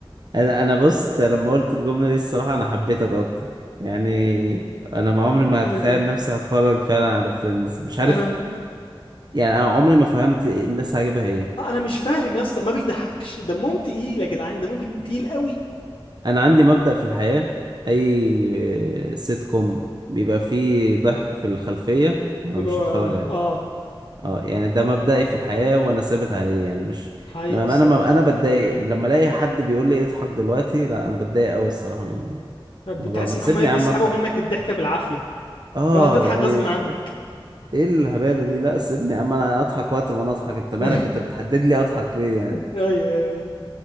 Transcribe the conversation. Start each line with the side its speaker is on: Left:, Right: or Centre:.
Right: انا انا بص أنت لما قلت الجمله دي الصراحه انا حبيتك اكتر يعني انا ما عمري
Left: <laughs>
Right: ما هتخيل نفسي هتفرج فعلا على فريندز مش عارف
Left: انا م-
Right: يعني انا عمري ما فهمت الناس عاجبها ايه
Left: انا مش فاهم يا اسطى ما بيضحكش دمهم تقيل يا جدعان ده ممكن تقيل قوي
Right: انا عندي مبدأ في الحياه اي سيت كوم بيبقى فيه ضحك في الخلفيه أنا
Left: بيبقى
Right: مش هتفرج عليه
Left: اه
Right: اه يعني ده مبدئي في الحياه وانا ثابت عليه يعني مش
Left: حقيقة
Right: ما
Left: الصراحة
Right: ما انا ما انا بتضايق لما الاقي حد بيقول لي اضحك دلوقتي لا انا بتضايق قوي الصراحه من
Left: طب
Right: الموضوع
Left: بتحس
Right: ما تسيبني
Left: ان هم ايه بيسحبوا
Right: يا عم اضحك
Left: منك الضحكة بالعافية
Right: اه
Left: لو هتضحك
Right: يعني
Left: غصب عنك
Right: ايه الهبالة دي لا سيبني يا عم انا اضحك وقت ما انا اضحك انت
Left: <laughs>
Right: مالك انت بتحدد لي اضحك ليه يعني
Left: ايوه ايوه ايوه